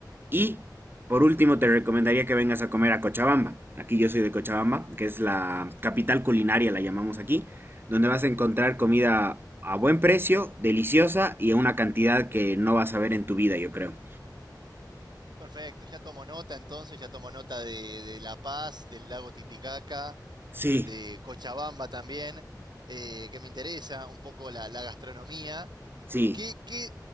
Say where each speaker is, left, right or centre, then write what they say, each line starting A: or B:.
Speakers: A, on the right; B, on the right.
A: Y por último, te recomendaría que vengas a comer a Cochabamba. Aquí yo soy de Cochabamba, que es la capital culinaria, la llamamos aquí, donde vas a encontrar comida a buen precio, deliciosa y a una cantidad que no vas a ver en tu vida, yo creo.
B: Perfecto, ya tomo nota entonces, ya tomo nota de, de La Paz, del lago Titicaca,
A: Sí,
B: de Cochabamba también, eh, que me interesa un poco la, la gastronomía.
A: sí.
B: ¿Qué, qué,